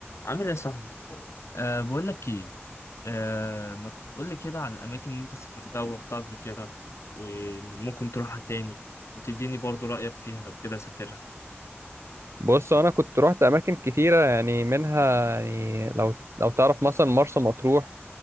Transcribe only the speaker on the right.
بص انا كنت روحت اماكن كتيره يعني منها يعني لو لو تعرف مثلا مرسى مطروح